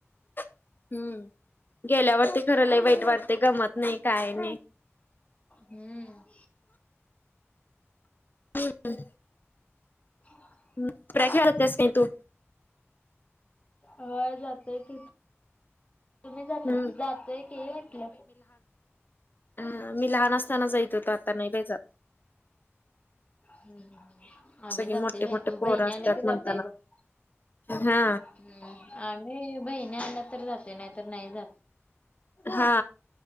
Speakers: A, on the left; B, on the left.
A: हम्म गेल्यावरती खरं लई वाईट वरती गमत नाही काय नाही
B: हम्म
A: हम
B: हा
A: हम्म टिपऱ्या खेळाय जात्यास काय तू
B: होय जातेय की तुम्ही जात
A: हम्म
B: जातोय की म्हटलं
A: ह मी लहान असताना जायत होतो आता नाही बाई जात
B: हम् आम्ही
A: सगळी
B: जातोय
A: मोठे
B: बाई
A: मोठे पोरं
B: बहिणी
A: असतात
B: आल्या की
A: म्हणताना.
B: जातोय बग
A: हा
B: हम्म आम्ही बहीणी आल्या तर जातोय नाही तरर नाही जात
A: हा